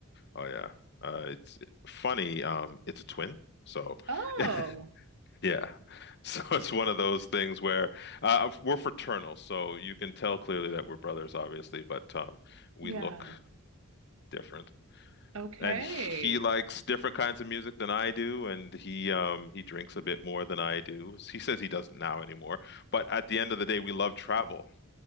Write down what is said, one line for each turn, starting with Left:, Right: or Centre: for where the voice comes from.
Left: Oh yeah. Uh, it's funny. Um, it's a twin, so
Right: Oh,
Left: <laughs> Yeah. <laughs> So it's one of those things where uh, we're fraternal, so you can tell clearly that we're brothers, obviously, but um, we
Right: yeah.
Left: look different.
Right: Okay.
Left: And he likes different kinds of music than I do, and he um, he drinks a bit more than I do. He says he doesn't now anymore, but at the end of the day, we love travel.